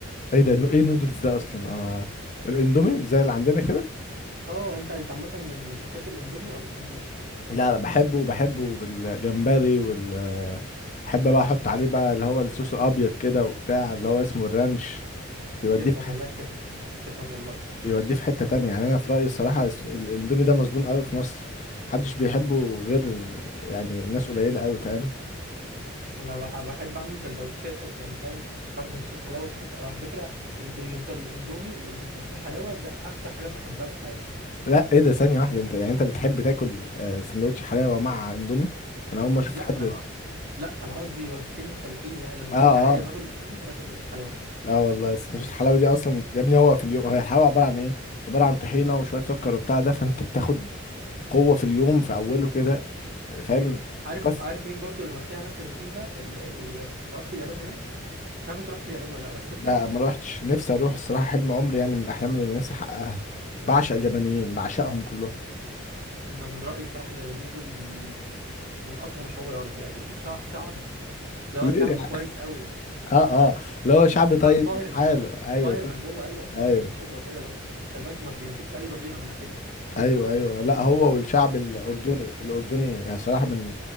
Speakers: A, on the left; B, on the right.
A: ايه ده ايه النودلز ده اصلا انا الاندومي زي اللي عندنا كده
B: اه انت انت عامه من بتحب الاندومي ولا ما بتحبوش؟
A: لا لا بحبه بحبه بالجمبري وال بحب بقى احط عليه بقى اللي هو الصوص الابيض كده وبتاع اللي هو اسمه الرانش بيوديه
B: طب بتفهم
A: في حته
B: والله بتفهم بتفهم والله
A: بيوديه في حته تانية يعني انا في رايي الصراحه الس- ال- الاندومي ده مظلوم قوي في مصر محدش بيحبه غير يعني ناس قليله قوي فاهم
B: انا بح- بحب اعمل سندوتشات يعني فاهم بعمل سندوتشات حلاوه بحب على فكره بالنسبه للاندومي والسندوتشات الحلاوه ده اكتر حاجه بحبها في حياتي
A: لا ايه ده ثانيه واحده انت يعني انت بتحب تاكل آه، سندوتش حلاوه مع اندومي انا اول ما اشوف
B: لا
A: حد
B: انا
A: اه
B: لا انا قصدي وجبتين مختلفين يعني لما
A: اه
B: بكون جعان يا باكل اندومي يا سندوتشات حلاوه
A: اه والله سندوتش الحلاوه دي اصلا يا ابني هو في اليوم هي الحلاوه عباره عن ايه عباره عن طحينه وشويه سكر وبتاع ده فانت بتاخد قوة في اليوم في أوله كده فاهم
B: ايوه عارف
A: تكسر
B: عارف مين برضو اللي ماسكين على نفس الروتين ده ال- ال- لما رحت اليابان هناك مش عارف انت رحت اليابان ولا لا بس انت
A: لا ما روحتش نفسي أروح الصراحة حلم عمري يعني من الأحلام اللي نفسي أحققها بعشق اليابانيين بعشقهم كلهم
B: انا من رايي بصراحه اليابانيين دول من من اطهر شعوب الارض يعني شع- شعب اللي هو
A: ليه
B: شعب
A: يعني؟
B: كويس قوي
A: اه اه اللي هو شعب طيب
B: لا طاهر
A: وحاله ايوه
B: طاهر من جوه ايوه طاهر
A: ايوه
B: من جوه كده لو خلي بالك ما بيمسكش اي ضغينه من ناحيتك
A: ايوه ايوه لا هو والشعب الاردني الاردني يعني صراحه من